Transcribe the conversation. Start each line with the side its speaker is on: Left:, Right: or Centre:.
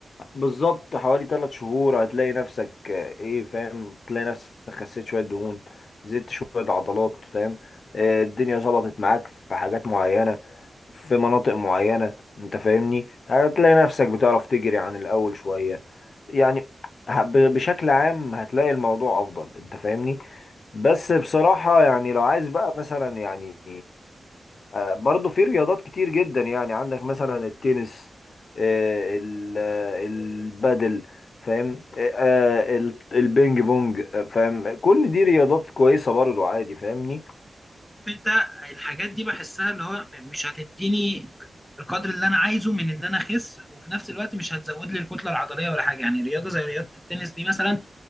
Left: بالظبط حوالي ثلاث شهور هتلاقي نفسك ايه فاهم تلاقي نفسك خسيت شوية دهون زدت شوية عضلات فاهم آه، الدنيا ظبطت معاك في حاجات معينة في مناطق معينة انت فاهمني هتلاقي نفسك بتعرف تجري عن الأول شوية يعني ه- ب- بشكل عام هتلاقي الموضوع أفضل انت فاهمني بس بصراحة يعني لو عايز بقى مثلا يعني آه، برضو في رياضات كتير جدا يعني عندك مثلا التنس آه، ال- آه، البادل فاهم آه، آه، ال- البينج بونج آه، فاهم كل دي رياضات كويسة برضو عادي فاهمني
Centre: انت الحاجات دي بحسها اللي هو مش هتديني القدر اللي انا عايزه من ان انا اخس وفي نفس الوقت مش هتزود لي الكتله العضليه ولا حاجه يعني رياضه زي رياضه التنس دي مثلا